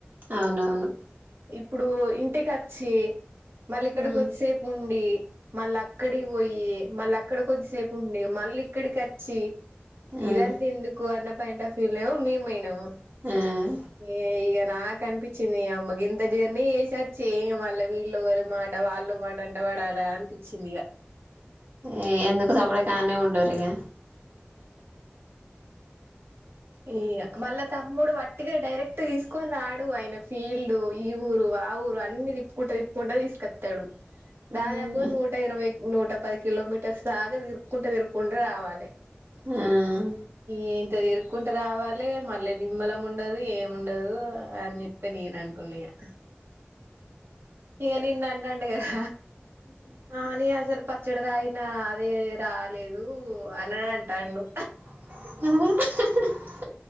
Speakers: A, on the right; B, on the right.
A: అవునవును
B: ఇప్పుడు ఇంటికి అచ్చి మళ్ళ ఇక్కడ
A: ఉమ్
B: కొద్దిసేపు ఉండి మళ్ళా అక్కడికి బొ యి మళ్ళ అక్కడ కొద్దిసేపు ఉండే మళ్ళీ ఇక్కడికి వచ్చి
A: ఉమ్
B: ఇదంతిందుకు అన్నప్ పెంట్ అఫ్ వ్యూలో మేమ్ బొయేనామ్
A: ఉమ్
B: ఏ ఇగ నాక్ అనిపించింది అమ్మ గింద జర్నీ జెసచ్చి ఇగ మళ్ల వీల్ ఇలుగరి మాట వాళ్ళు మాట అంట పడాలా అనిపిచ్చింది ఇగ
A: ఈ ఎందుకు సప్ డేక అనే ఉండరిగా
B: ఇగ మళ్ళా తమ్ముడు వట్టిగా డైరెక్ట్ తీస్ కొని రాడు ఆయన ఫీల్డ్ ఈ ఊరు ఆ ఊరు అన్ని తిప్పుకుంటూ తిప్పుకుంటూ తీసుకతడు
A: ఉమ్
B: దాదాపుగా నూట ఇరవై నూట పది కిలోమీటర్స్ దాగా దిరుకుంట దిరుకుంట రావాలి
A: ఉమ్
B: ఏంత తెరు కుంట రావాలి మళ్ళీ నిమ్మలం ఉండదు ఏమిండదు అని చెప్పి నేను అనుకున్నా ఇగ ఇక నింద అంటండు గద ఆ ని అసలు ప చడ దాగిన అదే రాలేదు అని అనడంట నను
A: మ